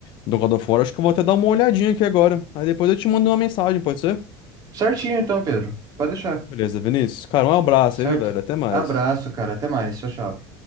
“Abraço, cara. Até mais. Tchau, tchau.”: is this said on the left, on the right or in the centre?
Right